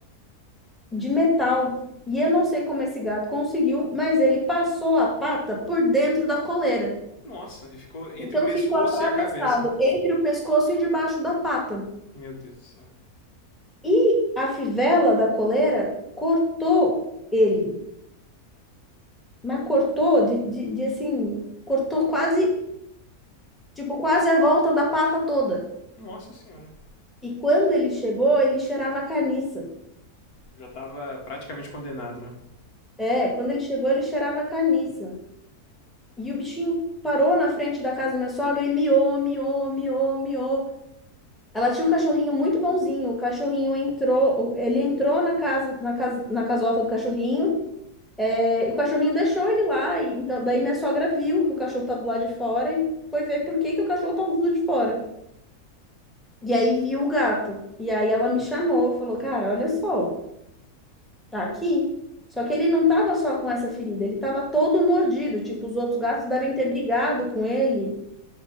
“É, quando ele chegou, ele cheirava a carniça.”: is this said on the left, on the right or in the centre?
Centre